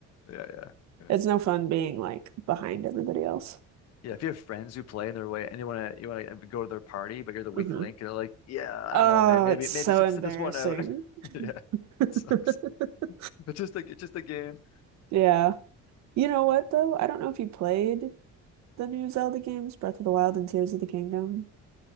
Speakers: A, on the left; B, on the right.
A: Yeah, yeah, yeah.
B: It's no fun being like behind everybody else.
A: Yeah, if you have friends who play in their way and you wanna you wanna um, go to their party, but you're the
B: Mhm.
A: weak link, and they're like, "Yeah, I
B: Oh,
A: don't know, man. Maybe
B: it's so
A: maybe sit
B: embarrassing.
A: sit this one out." <laughs> Yeah,
B: <laughs>
A: sucks. It's just a it's just a game.
B: Yeah. You know what though? I don't know if you played the new Zelda games, Breath of the Wild and Tears of the Kingdom.